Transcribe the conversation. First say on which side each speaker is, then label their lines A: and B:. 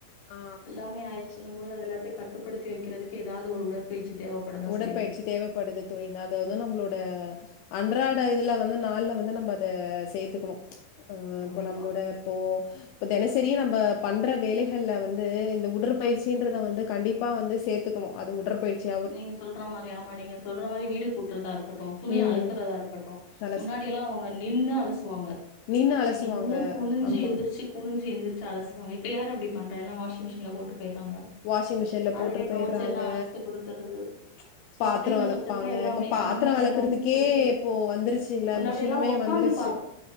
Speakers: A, on the left (about 85°); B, on the left (about 45°).
A: ஆ.
B: எல்லாமே ஆயிடுச்சுன்னு போது அது எல்லாத்தையு கட்டுப்படுத்தி வைக்கிறதுக்கு எதாவது ஒரு உடற்பயிற்சி தேவைப்படதான்
A: உடற்பயிற்சி
B: செய்யுது
A: தேவப்படுது தோழி அத வந்து நம்ப்ளோட அன் அன்றாட இதெல்ல வந்து நாளுல வந்து நம்ப அத சேத்துக்கணு ஆ
B: கண்டிப்பா
A: இப்ப நம்ளோட இப்போ இப்ப தெனசரி நம்ப பண்ற வேலைகள்ல வந்து இந்த உடற்பயிற்சின்றத வந்து கண்டிப்பா வந்து சேரத்துக்கணு அது உடற்பயிற்சி
B: நீங்க சொல்ற மாரி ஆமா நீங்க சொல்ற மாரி வீடு கூட்றதா இருக்கட்டு துணி
A: ம்.
B: அலசறதா இருக்கட்டு
A: அலசு
B: முன்னாடியல்லா அவங்க நின்னு அலசுவாங்க
A: நின்னு அலசுவாங்க.
B: நின்னு குனிஞ்சு
A: ஆமா.
B: எந்திரிச்சு
A: ம்.
B: குனிஞ்சு எந்திரிச்சு அலஸ் இப்ப யாரு அப்டி பண்றா எல்லா வாஷிங் மிஷின்ல போட்டு போயிறாங்க
A: வாஷிங் மிஷின்ல
B: அதுவே
A: போட்டுட்டு போயிடுறாங்க.
B: தொவச்சி எல்லா அழசி குடுத் தருது சோ
A: பாத்திரம்
B: அப்டின்ற
A: வெளக்குப்பாங்க.
B: பட்சத்துல எல்லாமே
A: இப்ப பாத்திரம்
B: ஆ
A: வெளக்குறதுக்கே
B: எல்லாமே சரிகு
A: இப்போ வந்துருச்சுல்ல
B: முன்னாடி
A: மிஷினுமே
B: எல்லா ஒக்காந்து
A: வந்துருச்சு.
B: பாத்